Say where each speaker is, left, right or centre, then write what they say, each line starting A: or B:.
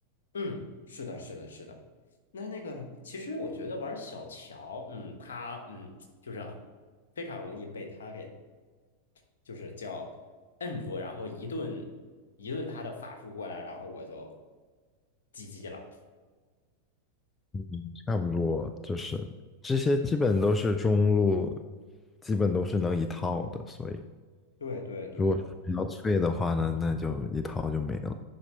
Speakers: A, on the left; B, on the left.
A: 嗯，是的，是的，是的。那那个，其实我觉得玩小乔，嗯，他嗯，就是非常容易被他给就是叫摁住，然后一顿一顿他的法术过来，然后我就 GG 了。
B: 嗯，差不多就是这些基本都是中路，基本都是能一套的，所以
A: 对对对，
B: 如果是比较脆的话呢，那就一套就没了。